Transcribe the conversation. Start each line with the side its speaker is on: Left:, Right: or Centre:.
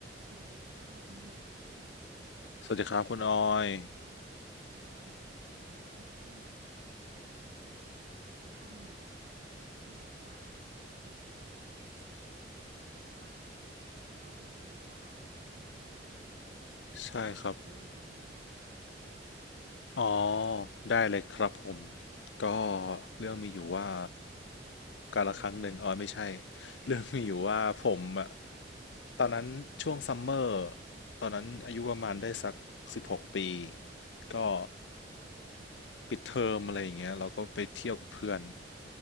Right: สวัสดีค่ะคุณหยาง
Left: สวัสดีครับคุณออย
Right: ค่ะเหมือนรอบที่แล้วเนี่ยเราคุยกันเรื่องถ้ำหลวงไปเนาะที่แบบว่าคุณหยางแบบแอบสปอยไว้ว่าว่ามีเรื่องเล่าให้ฟังพอจะขยายความเรื่องนี้หน่อยได้ไหมคะ
Left: ใช่ครับอ๋อได้เลยครับผมก็เรื่องมีอยู่ว่ากาละครั้งหนึ่งอ๋อไม่ใช่
Right: <laughs>
Left: เรื่องมีอยู่ว่าผมอะตอนนั้นช่วงซัมเมอร์ตอนนั้นอายุประมาณได้สักสิบหกปีก็
Right: ค่ะ
Left: ปิดเทอมอะไรอย่างเงี้ยเราก็ไปเที่ยวกับเพื่อน